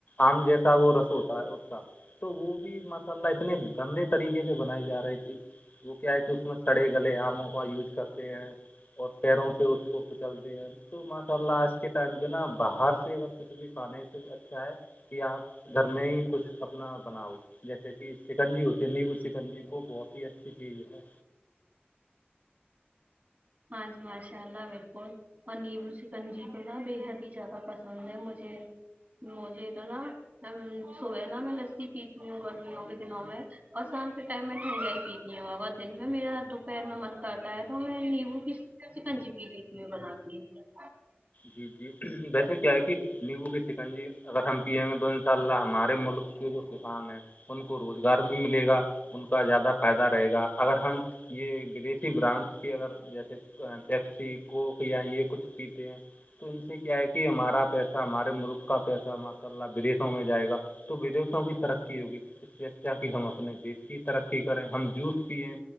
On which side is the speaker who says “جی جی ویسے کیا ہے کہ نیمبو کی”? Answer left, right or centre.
Left